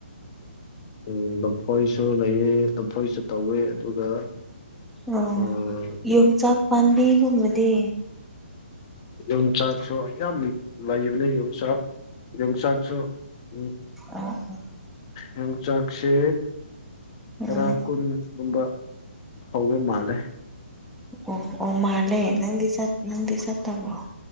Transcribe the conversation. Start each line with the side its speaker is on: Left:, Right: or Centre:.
Left: ꯎꯝ ꯂꯐꯣꯏꯁꯨ ꯂꯩꯑꯦ ꯂꯐꯣꯏꯁꯨ ꯇꯧꯋꯦ ꯑꯗꯨꯒ
Centre: ꯑꯣ
Left: ꯑꯥ
Centre: ꯌꯣꯡꯆꯥꯛ ꯄꯥꯝꯕꯤꯒꯨꯝꯕꯗꯤ
Left: ꯌꯣꯡ ꯆꯥꯥꯛꯁꯨ ꯌꯥꯝ ꯂꯩꯕꯅꯦ ꯌꯣꯡꯆꯥꯛꯂ ꯆꯥꯥꯛꯁꯨ ꯎꯝ
Centre: ꯑꯣ
Left: ꯌꯣꯡꯆꯥꯛꯁꯦ ꯇꯔꯥ
Centre: ꯎꯝ
Left: ꯀꯨꯟ ꯨꯒꯨꯝꯕ ꯍꯧꯕ ꯃꯥꯜꯂꯦ
Centre: ꯑꯣ ꯑꯣ ꯃꯥꯂꯦ ꯅꯪꯗꯤ ꯆꯠ ꯅꯪꯗꯤ ꯆꯠꯇꯕ꯭ꯔꯣ